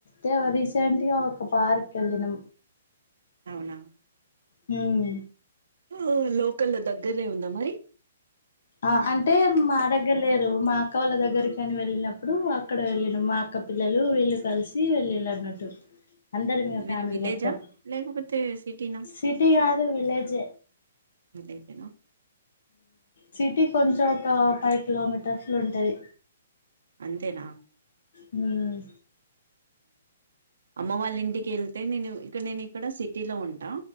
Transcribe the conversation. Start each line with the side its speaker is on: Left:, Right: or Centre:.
Left: తే రీసెంట్గా ఒక పార్క్ కి వెళ్ళిన
Right: అవునా
Left: హ్మ్మ్
Right: ఆ లోకల్ దగ్గరనే ఉందా మరి
Left: ఆ అంటే మా దగ్గర లేదు మా అక్క వాళ్ళ దగ్గరికని వెళ్ళినప్పుడు అక్కడ వెళ్ళను మా అక్క ఒకక్క పిల్లలు వీళ్ళు కలిసి వెళ్ళళ్ళు అన్నట్టు అందరు మీ
Right: మీరు
Left: ఫేమిలీ
Right: విలేజా
Left: మొత్తం
Right: లేకపోతే సిటీనా
Left: సిటీ కాదు విలేజ్
Right: లేదనా <unintelligible>
Left: సిటీ కొంచెం ఒక ఫైవ్ కిలోమీటర్స్ లో ఉంటది
Right: అంతేనా
Left: హ్మ్మ్
Right: అమ్మ వాళ్ళ ఇంటికి వెళ్తే నేను ఇక్క నేను ఇక్కడ సిటీలో ఉంటా